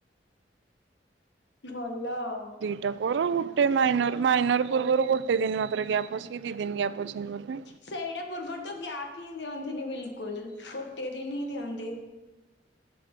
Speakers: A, on the left; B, on the right.
A: ଭଲ ଆଉ।
B: ଏଟା କରୁ ଗୋଟେ ମାଇନର ମାଇନର ପୂର୍ବରୁ ଗୋଟେ ଦିନ ମାତ୍ର ଗ୍ୟାପ୍ ଅଛିି ଦି ଦିନ ଗ୍ୟାପ ଅଛି ବୋଧେ।
A: ସେଇଟା ପୂର୍ବର ତ ଗ୍ୟାପ ହିଁ ଦଅନ୍ତିନି ବିଲକୁଲ ଗୋଟେ ଦିନ ହିଁ ଦିଅନ୍ତି।